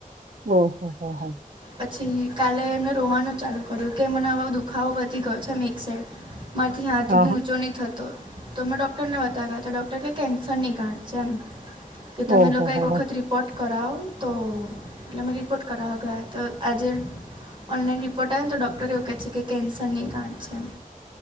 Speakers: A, on the right (about 80°); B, on the right (about 35°).
A: ઓ હો હો હા.
B: પછી કાલે એમને રોવાનું ચાલુ કર્યું કે મને હવે દુખાવો વધી ગયો છે એમ એક સાઈડ. મારીથી હાથ
A: હા
B: બી ઊંચો
A: હા
B: નહીં થતો તો મેં ડૉક્ટરને બતાવ્યા તો ડૉક્ટર કે કેન્સર ની ગાંઠ છે એમ કે તમે
A: ઓહો
B: લોકો એક
A: હો
B: વખત
A: હો
B: રી પોર્ટ કરાઓ તો એટલે અમે રિપોર્ટ કરાવા ગયા. તો આજે ઓનલાઈન રિપોર્ટ આયો ને તો ડૉક્ટર એવું કે છે કે કેન્સરની ગાંઠ છે એમ.